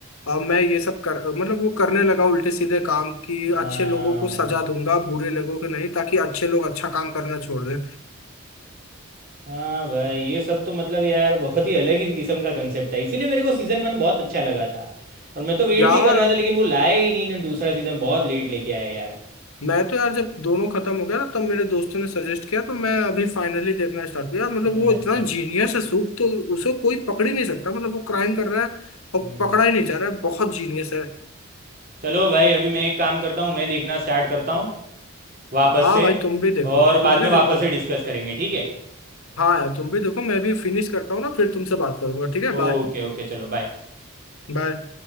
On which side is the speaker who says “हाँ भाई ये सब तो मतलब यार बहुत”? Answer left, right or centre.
Right